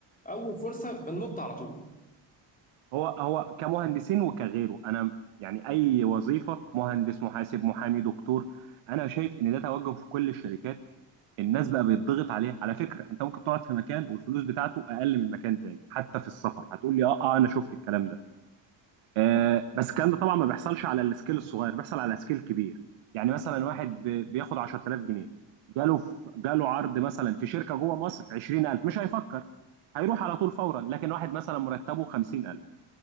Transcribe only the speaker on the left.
اول فرصه بننط على طول